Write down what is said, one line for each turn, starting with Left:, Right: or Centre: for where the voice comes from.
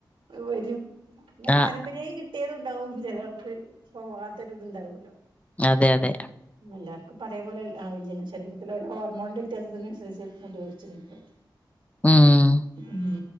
Right: വരും. ന്നെ പാരമ്പര്യായി
Left: ആഹ്
Right: കിട്ടിയതുണ്ടാവും ചെലൊർക്ക്. പോവാത്തൊര് തുണ്ടാവുല്ലോ.
Left: അതെ അതെ.
Right: എല്ലാർക്കും പ്പതെപോലെ ആവില്യലൊ ശരീരത്തിലെ ഒരൊ ഹോർമോണിന്റെ വ്യത്യാസത്തിനനുസരിച്ച്. മുടിഴിച്ചിടിണ്ടാവും
Left: ഉം.
Right: ഉം.